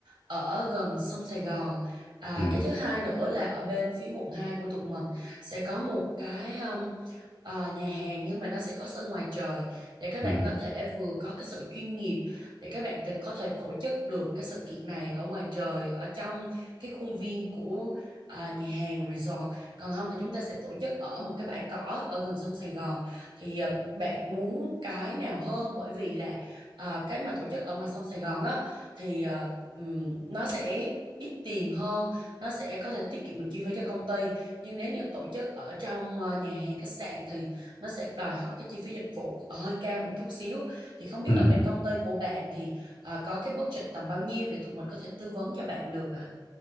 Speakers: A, on the right; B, on the left.
A: ở gần sông Sài Gòn. À,
B: Ừ.
A: cái thứ hai nữa là ở bên phía quận 2 của tụi mình sẽ có một cái um, à, nhà hàng nhưng mà nó sẽ có sân ngoài trời để các bạn
B: Ừ.
A: có thể vừa có cái sự chuyên nghiệp để các bạn tự- có thể tổ chức được cái sự kiện này ở ngoài trời ở trong cái khuôn viên của à, nhà hàng resort còn không thì chúng ta sẽ tổ chức ở một cái bãi cỏ ở gần sông Sài Gòn thì ờ, bạn muốn cái nào hơn bởi vì là ờ, cái mà tổ chức ở ngoài sông Sài Gòn á thì ờ, ừm, nó sẽ ít tiền hơn nó sẽ có thể tiết kiệm được chi phí cho công ty nhưng nếu như tổ chức ở trong ờ, nhà hàng khách sạn thì nó sẽ đòi hỏi cái chi phí dịch vụ hơi cao một chút xíu thì không biết
B: Ừ.
A: là bên công ty của bạn thì ờ, có cái budget tầm bao nhiêu để tụi mình có thể tư vấn cho bạn được ạ